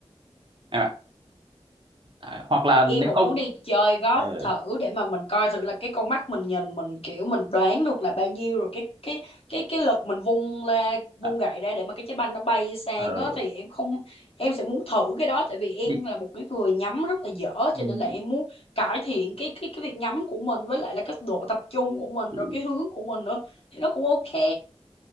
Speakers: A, on the right (about 50°); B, on the left (about 65°).
A: em ạ à, hoặc là nếu
B: Em cũng
A: không
B: muốn đi chơi golf
A: ờ,
B: thử để mà mình coi thử là cái con mắt mình nhìn mình kiểu mình đoán được là bao nhiêu rồi cái cái cái cái lực mình vung ra vung
A: à,
B: gậy ra để mà cái trái banh nó bay sang
A: ờ,
B: á thì em không em sẽ muốn thử cái đó tại vì em
A: đi-
B: là một cái người nhắm rất là dở
A: ừ,
B: cho nên là em muốn cải thiện cái cái cái việc nhắm của mình với lại là cái độ tập trung của mình
A: ừ.
B: rồi cái hướng của mình nữa thì nó cũng ok